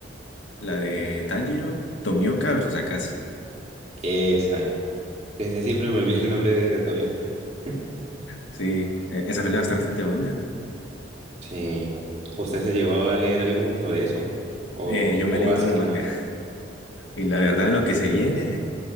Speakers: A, on the left; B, on the right.
A: la de Tanjiro, Tomioka versus Akaza.
B: Esa, eh. Ese siempre me olvida
A: <clears throat>
B: el nombre de, de todavía. <laughs>
A: Sí, eh, esa pelea va a estar bastante buena.
B: Sí. ¿Usted se llevaba a leer algo sobre eso? ¿O,
A: Eh, yo me
B: o
A: leí
B: así
A: todo el
B: sin
A: manga.
B: nada?
A: Y la verdad, lo que se viene